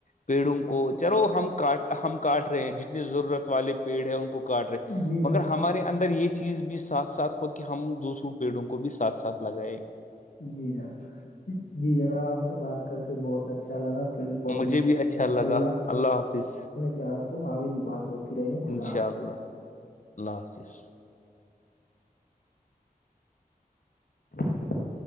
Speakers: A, on the left; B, on the left.
A: پیڑوں کو چلو ہم کاٹ ہم کاٹ رہے ہیں ج ضرورت والے پیڑ ہے ان کو کاٹ رہے
B: جی جناب
A: مگر ہمارے اندر یہ چی چیز بھی ساتھ ساتھ ہو کے ہم دوسروں پیڑوں کو بھی ساتھ ساتھ لگائےیں
B: جی جر جی جناب آپ سے بات کر کے بہت اچھا لگا پیڑ پودوں
A: مجھے
B: کے
A: بھی
B: بارے
A: اچھا
B: میں
A: لگا
B: اللہ
A: اللہ حافظ
B: چاہ تو آگے بھی بات ہوتی رہی ہے خدا
A: انشاء
B: حافظ
A: اللہ اللہ حافظ
B: <inaudible>